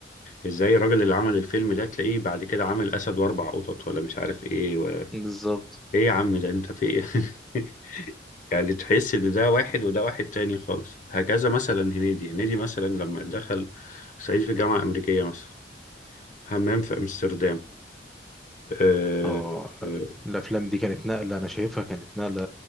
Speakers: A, on the left; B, in the centre.
A: آه، ازاي الراجل اللي عمل الفيلم ده تلاقيه بعد كده عامل اسد واربع قطط ولا مش عارف ايه ولا
B: بالظبط
A: ايه يا عم ده انت في ايه <laughs> يعني تحس ان ده واحد وده واحد تاني خالص هكذا مثلا هنيدي هنيدي مثلا لما دخل صعيدي في جامعة أمريكية مثلا حمام في أمستردام أه
B: اه لا،
A: آه،
B: الافلام دي كانت نقله انا شايفها كانت نقله